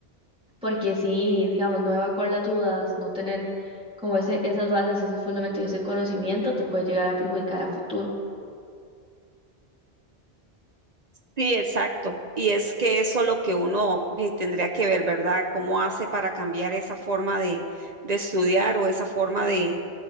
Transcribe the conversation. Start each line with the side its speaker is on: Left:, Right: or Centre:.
Centre: porque sí, digamos, no evacuar las dudas, no tener como ese, esas bases, ese fundamento y ese conocimiento te puede llegar a perjudicar a futuro.
Right: Sí, exacto. Y es que eso lo que uno ve- tendría que ver, ¿verdad? ¿Cómo hace para cambiar esa forma de, de estudiar o esa forma de,